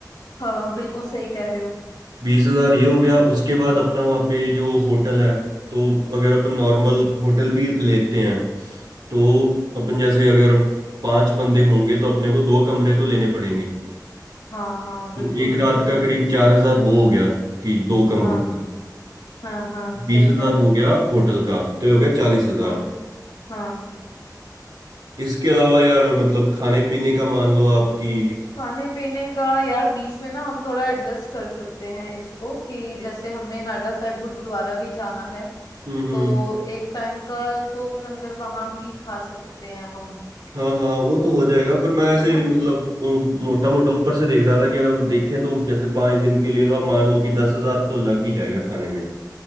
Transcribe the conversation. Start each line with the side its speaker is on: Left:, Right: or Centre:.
Left: हाँ बिल्कुल सही कह रहे हो
Right: बीस हजार ये हो गया उसके बाद अपना वहाँ पे जो होटल है तो अगर अपन नॉर्मल होटल भी लेते हैं तो अपन जैसे अगर पांच बंदे होंगे तो अपने को दो कमरे तो लेने पड़ेंगे
Left: हाँ हाँ बिल्कुल
Right: तो एक
Left: बिल्कुल
Right: रात का
Left: सही
Right: करीब चार हजार वो हो गया कि दो कमरों
Left: हाँ
Right: का
Left: हाँ हाँ सही
Right: बीस हजार
Left: कह रहे हो
Right: हो गया होटल का तो ये हो गया चालीस हजार
Left: हाँ हाँ
Right: इसके अलावा यार मतलब खाने पीने का मान लो आपकी
Left: खाने पीने का यार बीच में ना हम थोड़ा एडजस्ट कर सकते हैं इसको कि जैसे हमने नाडा साहिब गुरुद्वारा भी जाना है
Right: हम्म हम्म
Left: तो एक टाइम का तो लंगर वहां भी खा सकते हैं हम
Right: हाँ हाँ वो तो हो जाएगा पर मैं ऐसे
Left: है ना
Right: मतलब मोटा मोटा ऊपर से देख रहा था कि अगर देखें तो जैसे पाँच दिन के लिए तो आप मान लो कि दस हजार तो लग ही जाएगा खाने में